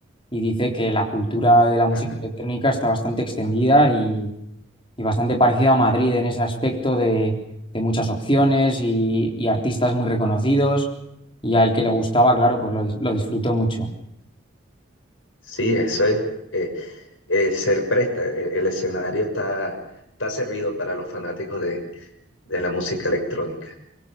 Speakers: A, on the left; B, on the left.
A: y dice que la cultura de la música
B: Ajá.
A: electrónica está bastante extendida y bastante parecido a Madrid en ese aspecto de, de muchas opciones y, y artistas muy reconocidos. Y al que le gustaba, claro, pues lo, dis- lo disfrutó mucho.
B: Sí, eso es, eh, se presta, el, el escenario está, está servido para los fanáticos de, de la música electrónica.